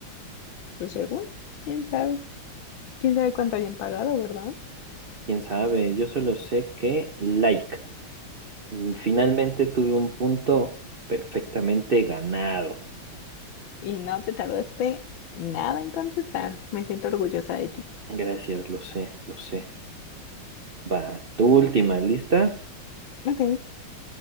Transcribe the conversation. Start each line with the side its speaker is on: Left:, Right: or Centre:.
Left: Pues según, quién sabe. ¿Quién sabe cuánto hayan pagado, verdad?
Right: Quién sabe, yo solo sé que like. Mm, Finalmente tuve un punto perfectamente ganado.
Left: Y no te tardaste nada en contestar. Me siento orgullosa de ti.
Right: Gracias, lo sé, lo sé. Va, tu última, ¿lista?
Left: Ok,